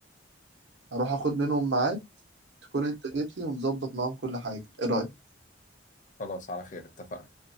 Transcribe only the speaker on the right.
هروح اخد منهم ميعاد تكون انت جيت لي ونظبط معاهم كل حاجة ايه رأيك